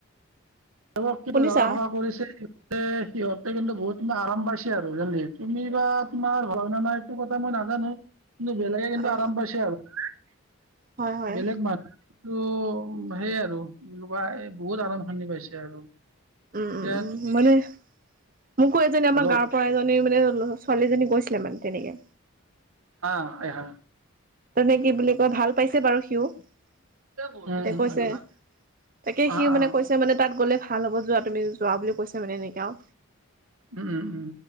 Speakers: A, on the right; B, on the right.
A: তেওঁক কিন্তু
B: শুনিছা
A: ধাৰা ফকা কৰিছে সিহঁতে কিন্তু বহুত আৰাম পাইছে আৰু জানিলি। তুমি বা তোমাৰ হয় ন নাই এইটো কথা মই নাজানো কিন্ত বেলেগে কিন্তু
B: অ
A: আৰাম পাইছে আৰু
B: হয় হয়
A: বেলেগ মানুহ ত সেই আৰু এনেকুৱা বহুত আৰামখানি পাইছে আৰু
B: উম উম
A: এতিয়া
B: উম মানে মোকো এজনী আমাৰ
A: হেল্ল'
B: গাঁৱৰ পৰা এজনী মানে মানে ছোৱালীজনী গৈছিলে মানে তেনেকে
A: অহ অহ
B: তেনেকে কি বোলি কয় ভাল পাইছে বাৰু সি ঐ
A: উম উম
B: কৈছে
A: উম
B: তাকে সিও
A: অ অ
B: মানে কৈছে মানে তাত গ'লে ভাল হ'ব যোৱা তুমি যোৱা বুলি কৈছে মানে এনেকে আৰু
A: উম উম উম